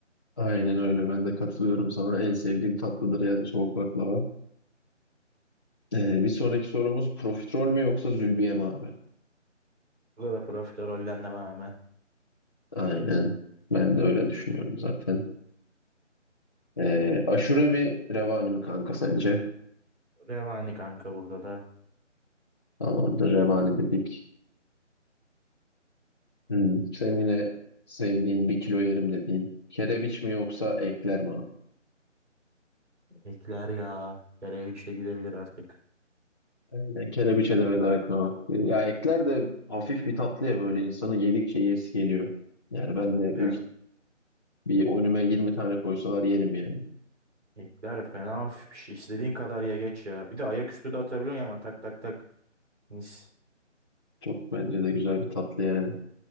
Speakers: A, on the left (about 20°); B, on the right (about 65°).
A: Aynen öyle. Ben de katılıyorum sana. En sevdiğim tatlıdır yani soğuk baklava. Ee, bir sonraki sorumuz profiterol mü yoksa zülbiye mi abi?
B: Burada da profiterollen devam hemen.
A: Aynen. Ben de öyle düşünüyorum zaten. Ee, aşure mi revani mi kanka sence?
B: Revani kanka burada da.
A: Tamamdır revani dedik. Hmm. Senin yine sevdiğin bir kilo yerim dediğin. Kerebiç mi yoksa ekler mi abi?
B: Ekler ya. Kereviç de gidebilir artık.
A: Aynen. Kerebiçe de veda etme vakti. Ya ekler de hafif bir tatlı ya böyle insanı yedikçe yesi geliyor. Yani ben de
B: Ya.
A: büyük bir önüme
B: E-
A: 20 tane koysalar yerim yani.
B: Ekler fena hafif bir şey. İstediğin kadar ya geç ya. Bir de ayaküstü de atabiliyorsun hemen tak tak tak. Mis.
A: Çok bence de güzel bir tatlı yani.